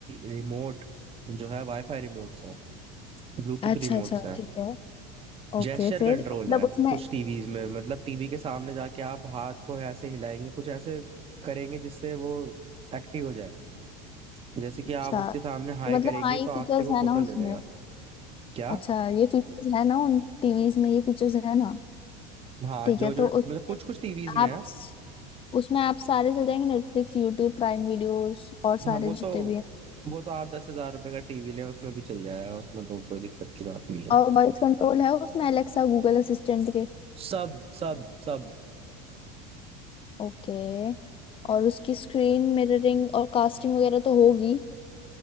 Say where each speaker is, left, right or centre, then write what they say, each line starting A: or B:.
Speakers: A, on the right; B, on the left.
A: रिमोट जो है वाईफाई रिमोट है ब्लूटूथ
B: अच्छा
A: रिमोट
B: अच्छा
A: है
B: ठीक है ओके
A: जेस्चर
B: फिर
A: कंट्रोल
B: मतलब
A: है
B: उसमें
A: कुछ टीवीज में मतलब टीवी के सामने जाके आप हाथ को ऐसे हिलाएंगे कुछ ऐसे करेंगे जिससे वो एक्टिव हो जाए जैसे कि
B: अच्छा
A: आप उसके सामने हाई
B: मतलब
A: करेंगे
B: हाँ ये
A: तो आपकी
B: फीचर्स
A: वो
B: है
A: फोटो
B: ना उसमें
A: ले लेगा क्या
B: अच्छा ये फीचर्स है ना उन टीवीज में ये फीचर्स है ना
A: हाँ
B: ठीक
A: जो
B: है
A: जो
B: तो
A: मतलब
B: उसमें
A: कुछ कुछ टीवीज में
B: आप
A: है
B: उसमें आप सारे चल जाएंगे नेटफ्लिक्स यूट्यूब प्राइम वीडियोस और सारे
A: हाँ वो
B: जितने
A: तो
B: भी हैं
A: वो तो आप दस हजार रुपए का टीवी लें उसमें भी चल जाएगा उसमें तो कोई दिक्कत की बात नहीं है
B: और वॉइस कंट्रोल है उसमें अलेक्सा गूगल असिस्टेंट के
A: सब सब सब
B: ओके और उसकी स्क्रीन मिररिंग और कास्टिंग वगैरह तो होगी